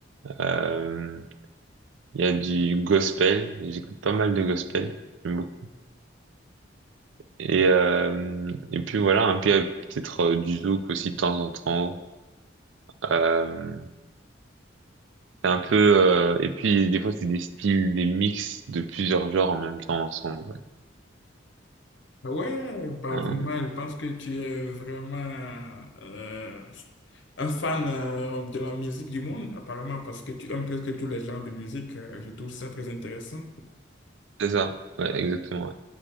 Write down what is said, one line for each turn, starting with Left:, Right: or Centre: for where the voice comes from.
Right: Euh, il y a du gospel. J'écoute pas mal de gospel. J'aime beaucoup Et, euh, et puis voilà, un peu peut-être euh, du zouk aussi de temps en temps. Euh, c'est un peu euh, et puis des fois c'est des styles, des mix de plusieurs genres en même temps ensemble. ouais.
Left: Ah Ouais, bah
Right: Hein,
Left: vraiment, je pense que tu es vraiment euh, un fan euh, de la musique du monde, apparemment, parce que tu aimes presque tous les genres de musique. Euh, je trouve ça très intéressant.
Right: c'est ça, ouais, exactement. ouais.